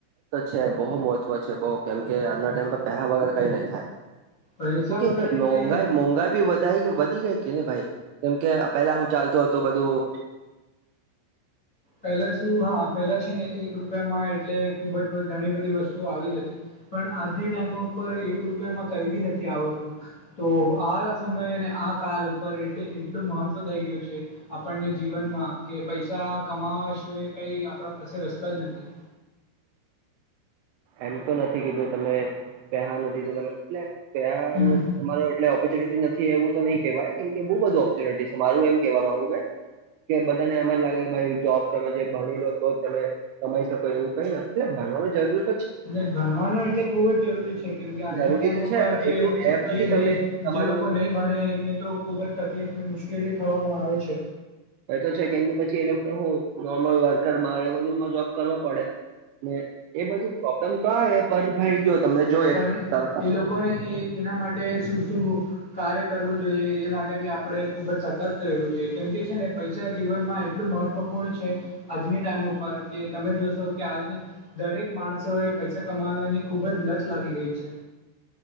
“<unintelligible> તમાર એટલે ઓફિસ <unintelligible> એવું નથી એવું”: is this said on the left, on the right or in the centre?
Right